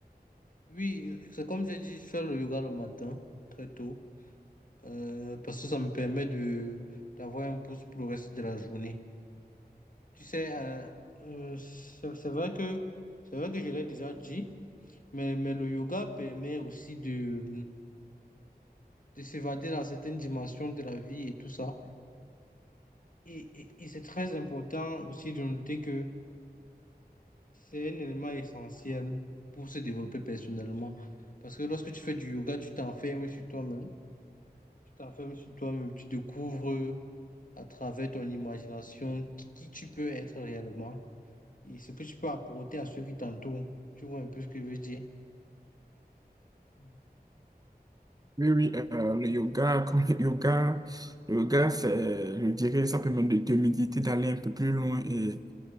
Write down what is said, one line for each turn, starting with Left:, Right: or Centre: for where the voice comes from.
Left: Oui, c'est comme j'ai dit, je fais le yoga le matin, très tôt. euh, parce que ça me permet de d'avoir un boost pour le reste de la journée. Tu sais, euh, euh, c'est c'est vrai que c'est vrai que je l'ai déjà dit, mais, mais le yoga permet aussi de, de s'évader dans certaines dimensions de la vie et tout ça. Et, et, et c'est très important aussi de noter que c'est un élément essentiel pour se développer personnellement. Parce que lorsque tu fais du yoga, tu t'enfermes sur toi-même. Tu t'enfermes sur toi-même, tu découvres à travers ton imagination qui qui tu peux être réellement et ce que tu peux apporter à ceux qui t'entourent. Tu vois un peu ce que je veux dire? Mhm.
Right: Oui, oui, euh, le yoga, <laughs> quand le yoga, le yoga, c'est, je dirais, ça permet de, de méditer, d'aller un peu plus loin et,